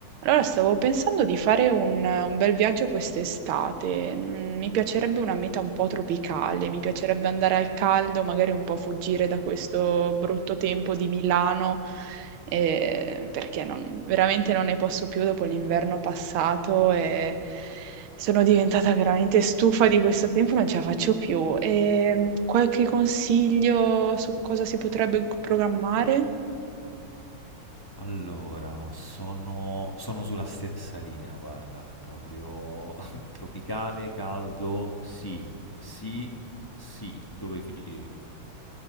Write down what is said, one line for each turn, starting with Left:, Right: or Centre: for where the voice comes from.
Right: Allora, stavo pensando di fare un, un bel viaggio quest'estate. Mm, Mi piacerebbe una meta un po' tropicale, mi piacerebbe andare al caldo, magari un po' fuggire da questo brutto tempo di Milano, eh, perché non- veramente non ne posso più dopo l'inverno passato e sono diventata veramente stufa di questo tempo, non ce la faccio più. E, mm, qualche consiglio su cosa si potrebbe programmare?
Left: Allora, sono, sono sulla stessa linea, guarda, proprio <laughs> tropicale, caldo, sì, sì, sì, dove firmo?